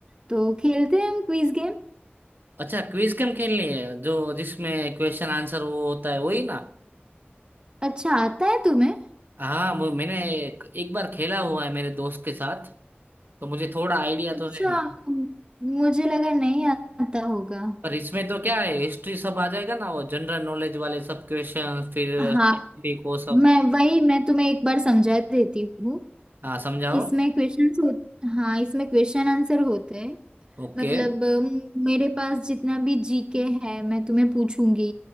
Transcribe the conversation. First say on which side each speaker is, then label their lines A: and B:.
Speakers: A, on the right; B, on the right.
A: तो खेलते हैं हम क्विज गेम
B: अच्छा क्विज गेम खेलनी है जो जिसमें क्वेश्चन आंसर वो होता है वही ना
A: अच्छा आता है तुम्हें
B: हाँ वो मैंने एक, एक बार खेला हुआ है मेरे दोस्त के साथ तो मुझे थोड़ा आइडिया
A: अच्छा
B: तो है मैं
A: मुझे लगा नहीं आता होगा
B: पर इसमें तो क्या है हिस्ट्री सब आ जाएगा ना वो जनरल नॉलेज वाले सब क्वेश्चन फिर
A: हाँ
B: साइंटिफिक वो सब
A: मैं वही मैं तुम्हें एक बार समझा देती हूँ
B: हाँ समझाओ
A: इसमें क्वेश्चंस हो हाँ इसमें क्वेश्चन आंसर होते हैं
B: ओके
A: मतलब अम, मेरे पास जितना भी जीके है मैं तुम्हें पूछूंगी